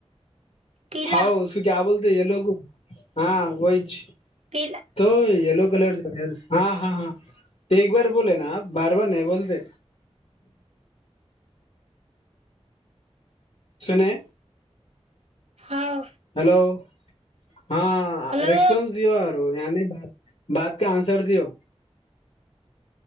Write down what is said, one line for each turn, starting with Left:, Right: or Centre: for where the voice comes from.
Right: پیلا
Left: ہا سو کیا بولتے یہ لگ ہاں وہیچ
Right: پیلا
Left: تو یہ لوگ ہاں ہاں ہاں ایک بار بولے نا آپ بار بار نہیں بولتے سنے
Right: ہاں
Left: ہیلو ہاں
Right: ہلو
Left: ریسپنس د اور نے بات بات آنسر د ہو